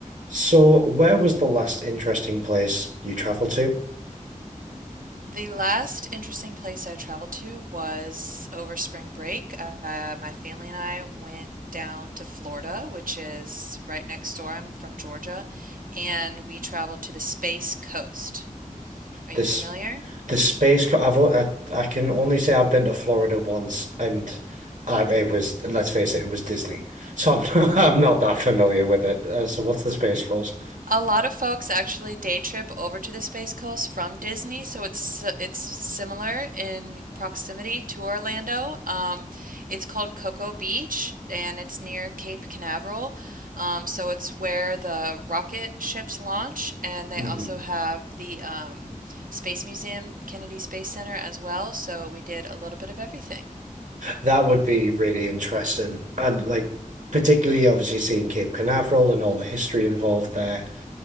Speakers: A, on the right; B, on the right.
A: So, where was the last interesting place you traveled to?
B: The last interesting place I traveled to was over spring break. Uh, my family and I went down to Florida, which is right next door. I'm from Georgia, and we traveled to the Space Coast. Are
A: This,
B: you familiar?
A: the space. co- I've o- I, I can only say I've been to Florida once, and I, it was let's face it, it was Disney. So I'm <laughs> I'm not that familiar with it. Uh, so what's the Space Coast?
B: A lot of folks actually day trip over to the Space Coast from Disney, so it's si, it's similar in proximity to Orlando. Um, it's called Cocoa Beach, and it's near Cape Canaveral. Um, so it's where the rocket ships launch, and they
A: hmm
B: also have the um, Space Museum, Kennedy Space Center as well. So we did a little bit of everything.
A: That would be really interesting, and like particularly obviously seeing Cape Canaveral and all the history involved there.